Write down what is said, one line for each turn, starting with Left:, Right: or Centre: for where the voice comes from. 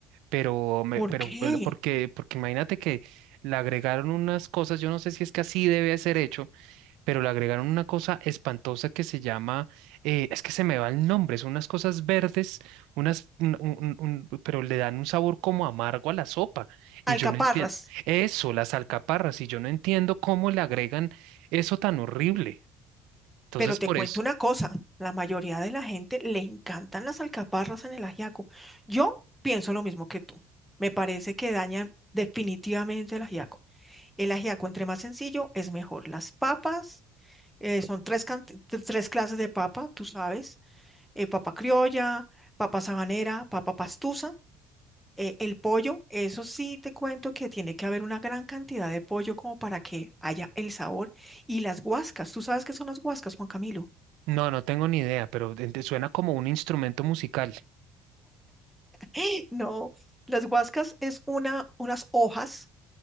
Right: pero, me,
Centre: ¿Por
Right: pero
Centre: qué?
Right: pero porque, porque imagínate que le agregaron unas cosas, yo no sé si es que así debe ser hecho pero le agregaron una cosa espantosa que se llama, eh, es que se me va el nombre, son unas cosas verdes, unas, un- un- un- un- pero le dan un sabor como amargo a la sopa. Y
Centre: Alcaparras.
Right: yo no entiendo, eso, las alcaparras, y yo no entiendo cómo le agregan eso tan horrible. Entonces,
Centre: Pero te
Right: por
Centre: cuento
Right: eso,
Centre: una cosa, la mayoría de la gente le encantan las alcaparras en el ajiaco. Yo pienso lo mismo que tú. Me parece que dañan definitivamente el ajiaco. El ajiaco, entre más sencillo, es mejor. Las papas, eh, son tres, canti- t- tres clases de papa, tú sabes, eh, papa criolla, papa sabanera, papa pastusa. Eh, el pollo, eso sí te cuento que tiene que haber una gran cantidad de pollo como para que haya el sabor. Y las guascas, ¿tú sabes qué son las guascas, Juan Camilo?
Right: no, no tengo ni idea, pero ente- suena como un instrumento musical.
Centre: <laughs> No, las guascas es una, unas hojas